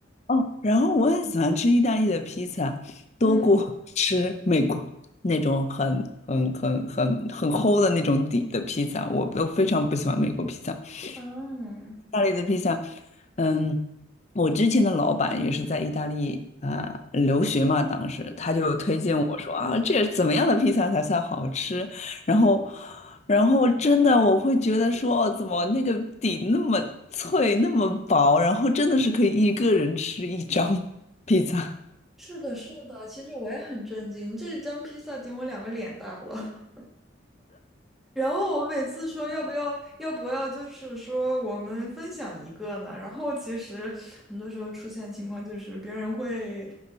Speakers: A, on the left; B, in the centre.
A: 哦，然后我很喜欢吃意大利的披萨，
B: 嗯
A: 多过 <laughs> 吃美国那种很很很很很厚的那种底的披萨，我都非常不喜欢美国披萨。
B: 嗯，
A: 意大利的披萨，嗯，我之前的老板也是在意大利啊、留学嘛，当时他就推荐我说啊，这怎么样的披萨才算好吃？然后，然后真的我会觉得说，哦，怎么那个底那么脆，那么薄，然后真的是可以一个人吃一张 <laughs> 披萨。
B: 是的，是的，其实我也很震惊，这一张披萨顶我两个脸大了。然后我每次说要不要要不要，就是说我们分享一个呢？然后其实很多时候出现情况就是别人会，